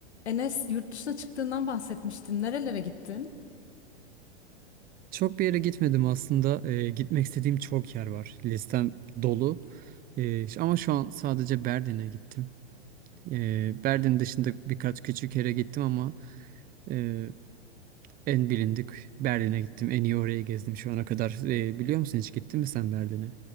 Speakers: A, on the left; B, on the right.
A: Enes yurt dışına çıktığından bahsetmiştin. Nerelere gittin?
B: Çok bir yere gitmedim aslında. Ee, gitmek istediğim çok yer var. Listem dolu. Ee, ş- ama şu an sadece Berlin'e gittim. Ee, Berlin dışında birkaç küçük yere gittim ama e, en bilindik Berlin'e gittim. En iyi orayı gezdim şu ana kadar. Ee, biliyor musun hiç gittin mi sen Berlin'e?